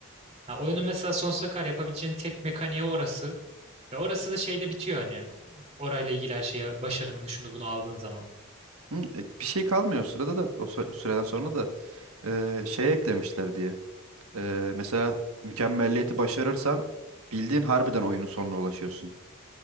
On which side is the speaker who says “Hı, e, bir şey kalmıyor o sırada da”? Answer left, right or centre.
Right